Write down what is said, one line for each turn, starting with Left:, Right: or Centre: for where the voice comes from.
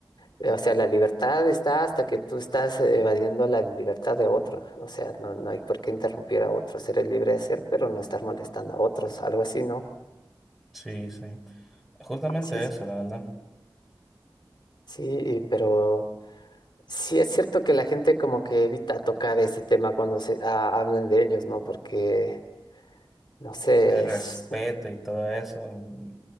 Left: eh, o sea, la libertad está hasta que tú estás eh, evadiendo la libertad de otros. O sea, no, no hay por qué interrumpir a otros. Eres libre de hacer, pero no estar molestando a otros, algo así, ¿no?
Centre: sí, sí. Justamente
Left: Sí, sí.
Centre: eso, la verdad.
Left: Sí, pero sí es cierto que la gente como que evita tocar ese tema cuando se ah, hablan de ellos, ¿no? Porque, no sé,
Centre: El respeto
Left: es...
Centre: y todo eso. mm,